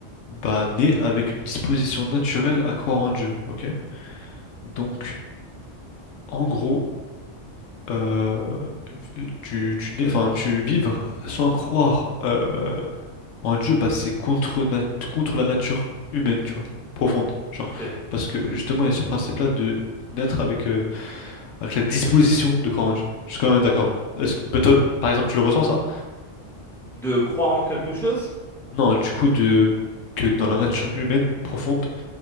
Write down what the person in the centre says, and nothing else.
Ok,
oui.
De croire en quelque chose?